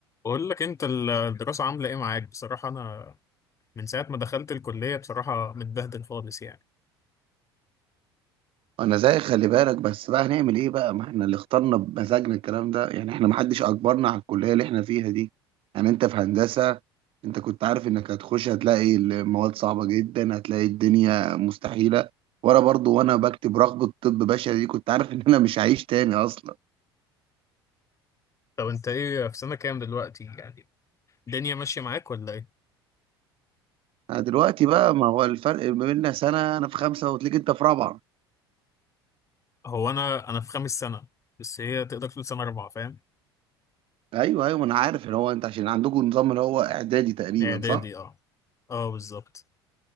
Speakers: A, on the left; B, on the right.
A: بقول لك انت ال- الدراسة عاملة ايه معاك بصراحة انا من ساعة ما دخلت الكلية بصراحة متبهدل خالص يعني
B: انا زي خلي بالك بس بقى هنعمل ايه بقى ما احنا اللي اخترنا بمزاجنا الكلام ده يعني احنا محدش اجبرنا على الكلية اللي احنا فيها دي يعني انت في هندسة انت كنت عارف انك هتخش هتلاقي المواد صعبة جدا هتلاقي الدنيا مستحيلة وانا برضو وانا بكتب رغبة طب بشري دي كنت عارف ان انا مش هعيش تاني اصلا
A: طب انت ايه في سنة كام دلوقتي يعني الدنيا ماشية معاك ولا ايه
B: انا دلوقتي بقى ما هو الفرق ما بيننا سنة انا في خمسة وتلاقيك انت في رابعة
A: هو انا انا في خامس سنة بس هي تقدر تقول سنة رابعة فاهم
B: ايوه ايوه ما انا عارف ان هو انت عشان عندكم نظام اللي هو اعدادي تقريبا
A: اعدادي
B: صح
A: اه اه بالظبط